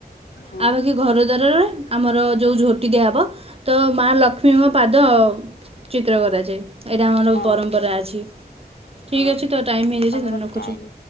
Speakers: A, on the left; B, on the right.
A: ହଁ
B: ଆ ବାକି ଘର ଦ୍ୱାରର ଆମର ଯଉ ଝୋଟି ଦିଆହବ ତ ମା ଲକ୍ଷ୍ମୀମ ପାଦ ଚିତ୍ର କରାଯାଏ। ଏଇଟା ଆମର
A: ହଁ
B: ପରମ୍ପରା ଅଛି। ଠିକ୍ଅଛି,
A: ହଁ
B: ତୋ ଟାଇମ୍ ହେଇଯାଇଛି
A: ଆମର
B: ଦେନ୍ ରଖୁଛି।
A: ଟାଇମ୍